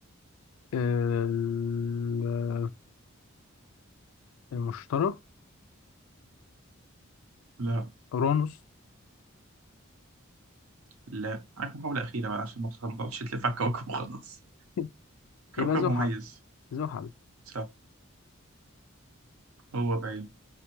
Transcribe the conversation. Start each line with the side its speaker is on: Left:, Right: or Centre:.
Left: ال- المشتري
Right: لا
Left: اورانوس
Right: لا معاك محاولة أخيرة بقى عشان ما تخ- ما تقعدش تلف على الكوكب وخلاص
Left: <laughs>
Right: كوكب
Left: يبقى زحل
Right: مميز
Left: زحل
Right: صح هو بعيد